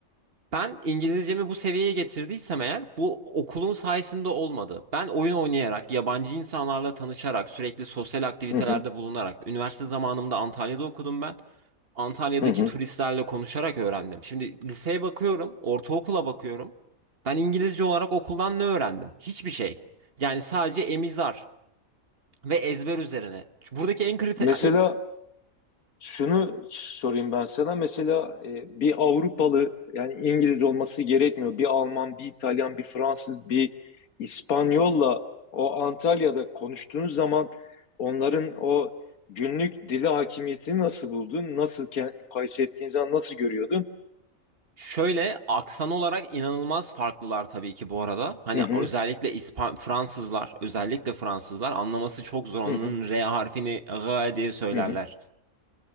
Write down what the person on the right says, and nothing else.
Ben İngilizcemi bu seviyeye getirdiysem eğer bu okulun sayesinde olmadı. Ben oyun oynayarak, yabancı insanlarla tanışarak, sürekli sosyal aktivitelerde
bulunarak, üniversite zamanımda Antalya'da okudum ben. Antalya'daki
turistlerle konuşarak öğrendim. Şimdi liseye bakıyorum, ortaokula bakıyorum. Ben İngilizce olarak okuldan ne öğrendim? Hiçbir şey. Yani sadece emizar ve ezber üzerine. Buradaki en kritik...
Şöyle aksan olarak inanılmaz farklılar tabii ki bu arada. Hani
özellikle İspan Fransızlar, özellikle Fransızlar anlaması çok zor. Onun
R harfini G diye söylerler.